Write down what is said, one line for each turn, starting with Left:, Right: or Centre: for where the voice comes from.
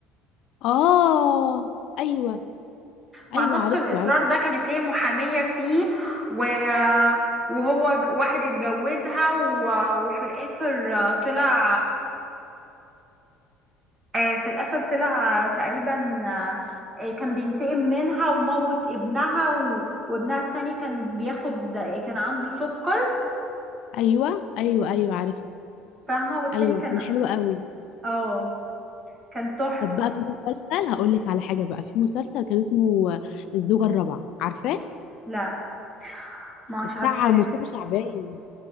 Left: اه ايوه
Right: مع
Left: ايوه
Right: سبق
Left: عرفته
Right: الإصرار
Left: عرفت
Right: ده كانت هي محامية فيه و... وهو ج- واحد اتجوزها و... وفي الآخر آه، طلع آه، في الآخر طلع آه، تقريبا آه، آه، كان بينتقم منها وموت ابنها و... وابنها التاني كان بياخد كان عنده سكر
Left: ايوه ايوه ايوه عرفته
Right: فاهمة والتاني
Left: ايوه
Right: كان
Left: كان حلو قوي
Right: اه كان تحفة
Left: طب بقى في مسلسل هقول لك على حاجه بقى في مسلسل كان اسمه آه، الزوجه الرابعه عارفاه
Right: لا مش
Left: بتاع
Right: عارفة
Left: مصطفى شعبان